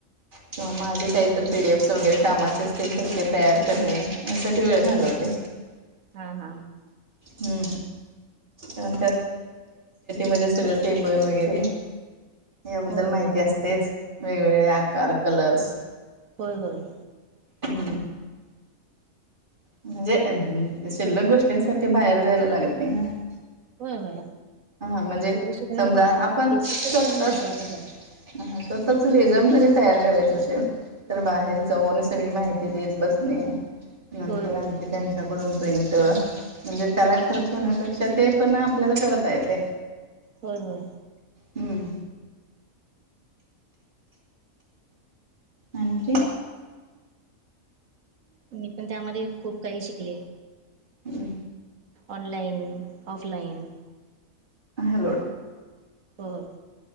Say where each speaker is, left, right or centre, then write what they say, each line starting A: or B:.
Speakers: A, on the right; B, on the right.
A: किंवा माझे काहीतर पी डी एफ च वगैरे कामाचे असतील तर ते तयार करणे याच्यात वेळ घालवते.
B: हां हां.
A: हम्म. <unintelligible> मध्ये सगळ टेबल वगैरे याबद्दल
B: होय होय
A: माहिती असतेच, वेगवेगळे आकार, कलर्स
B: होय होय.
A: हम्म म्हणजे शिल्लक गोष्टींसाठी बाहेर जायला लागत नाही ना
B: होय, होय
A: हा म्हणजे
B: ते शिकण
A: समजा आपण
B: बेसिक
A: स्वतःच
B: तरी ये ना महत्त्वाचच हाय.
A: ह स्वतःच रिजन तरी तयार करायचं असेल. तर बाहेर जाऊन सगळी माहिती देत बसणे नंतर
B: होय होय
A: आणखी त्यां त्याकडे प्रिंट त्याला खर्च होण्यापेक्षा ते पण आपल्याला कर ता य ते
B: हम्म, हम्म.
A: हम्म. आणखी.
B: मी पण त्यामध्ये खूप काही शिकले.
A: हं.
B: Online, offline.
A: हॅलो.
B: हो, हो.